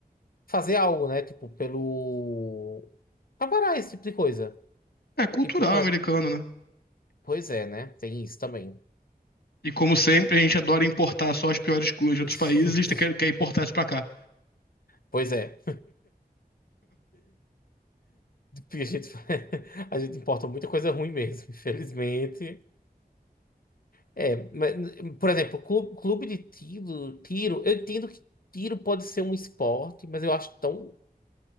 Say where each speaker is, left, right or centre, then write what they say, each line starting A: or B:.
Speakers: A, on the left; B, on the left.
A: fazer algo, né? Tipo, pelo. Pra parar esse tipo de coisa.
B: É cultural
A: Tipo, pra.
B: americano, né?
A: Pois é, né? Tem isso também.
B: E como sempre, a gente adora importar só as piores coisas de
A: <laughs>
B: outros países e a gente quer, quer importar isso pra cá.
A: Pois é. A gente, <laughs> a gente importa muita coisa ruim mesmo, infelizmente. É, mas, por exemplo, clube, clube de tiro, tiro, eu entendo que tiro pode ser um esporte, mas eu acho tão,